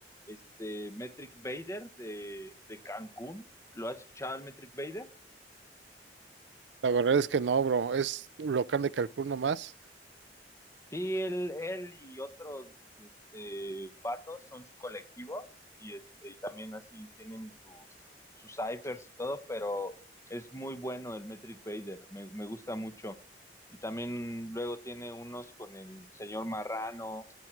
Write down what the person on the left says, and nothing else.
este, Metric Vader de, de Cancún, ¿lo has escuchado, el Metric Vader?
Sí, él, él y otros este, vatos son su colectivo y, este, y también así tienen sus, sus ciphers y todo, pero es muy bueno el Metric Vader, me, me gusta mucho. Y también luego tiene unos con el señor Marrano